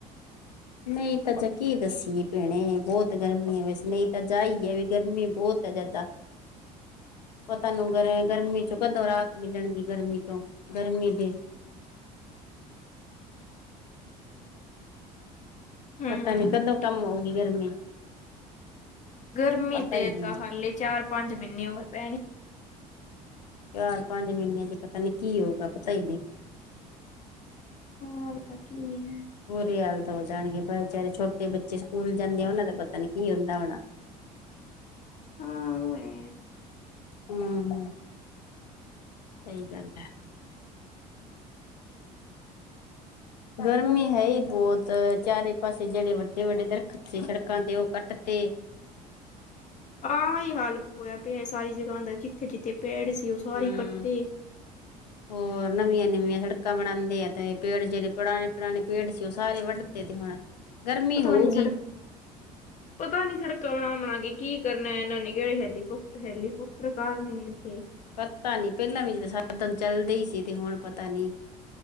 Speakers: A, on the left; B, on the left.
A: ਨਈ ਤਾਂ ਅਜੇ ਕੀ ਦੱਸੀ ਏ ਭੈਣੇ, ਬਹੁਤ ਗਰਮੀ ਐ ਵੈਸੇ ਨਹੀਂ ਤਾਂ ਜਾਈ ਹੈ ਵੀ ਗਰਮੀ ਬਹੁਤ ਕੀਤਾ ਜਾਦਾ, ਪਤਾ ਨੀ ਗਰਮੀ ਚੋਂ ਕਦੋਂ ਰਾਹਤ ਮਿਲਣਗੀ ਗਰਮੀ 'ਚੋਂ ਗਰਮੀ ਦੇ
B: ਹੂੰ,
A: ਪਤਾ ਨੀ ਕਦੋਂ ਕਮ ਹੋਊਗੀ ਗਰਮੀ?
B: ਗਰਮੀ
A: ਪਤਾ
B: ਦੇ
A: ਹੀ ਨਹੀਂ
B: ਤਾਂ ਹਾਲੇ ਚਾਰ- ਪੰਜ ਮਹੀਨੇ ਹੋਰ ਪੈਣੀ।
A: ਚਾਰ -ਪੰਜ ਮਹੀਨਿਆਂ ਚ ਪਤਾ ਨੀ ਕੀ ਹੋਊਗਾ, ਪਤਾ ਹੀ ਨਹੀਂ?
B: ਹੋਰ ਤਾਂ ਕੀ ਐ?
A: ਬੁਰੇ ਹਾਲਤ ਹੋ ਜਾਣਗੇ, ਪਰ ਵਿਚਾਰੇ ਛੋਟੇ ਬੱਚੇ ਸਕੂਲ ਜਾਂਦੇ ਆ ਉਹਨਾਂ ਦਾ ਪਤਾ ਨੀ ਕੀ ਹੁੰਦਾ ਹੋਣਾ।
B: ਹੂੰ, ਐ।
A: ਹੂੰ -ਹੂੰ। ਸਹੀ ਗੱਲ ਹੈ। ਗਰਮੀ ਹੈ ਹੀ ਬੌਤ, ਚਾਰੇ ਪਾਸੇ ਜੇੜੇ ਵੱਡੇ-ਵੱਡੇ ਦਰਖਤ ਸੜਕਾਂ ਤੇ ਓਹ ਕੱਟ ਤੇ।
B: ਆਂ, ਅਹੀ ਹਾਲਤ ਹੋਇਆ ਪਿਐ ਸਾਰੀ ਜਗ੍ਹਾਂ ਦਾ, ਕਿਥੇ- ਜਿੱਥੇ ਪੇੜ ਸੀ ਓਹ ਸਾਰੀ
A: ਹਮ
B: ਕੱਟਦੇ।
A: <inaudible> ਹੋਰ, ਨਵੀਆਂ-ਨਵੀਆਂ ਸੜਕਾਂ ਬਣਾੰਦੇ ਆ ਤਾ ਏ ਪੇੜ ਜੇੜੇ ਪੁਰਾਣੇ-ਪੁਰਾਣੇ ਪੇੜ ਸੀ, ਓਹ ਸਾਰੇ ਵੱਢਤੇ ਤੇ ਹੁਣ ਗਰਮੀ
B: ਪਤਾ
A: ਹੋਊਗੀ
B: ਨੀ ਸੜਕ
A: <inaudible>
B: ਪਤਾ ਨੀ ਸੜਕਾਂ ਬਣਾ-ਬਣਾ ਕੇ ਕੀ ਕਰਨਾ ਐਹਨਾਂ ਨੇ ਹੈਲੀਕੋਪ ਹੈਲੀਕੋਪਟਰ ਤਾਰਣੇ ਨੇ ਇੱਥੇ।
A: ਪਤਾ ਨੀ, ਪੈਲਾਂ ਵੀ ਜਦ ਸਾਧਨ ਚੱਲਦੇ ਈ ਸੀ ਤੇ ਹੁਣ ਪਤਾ ਨੀ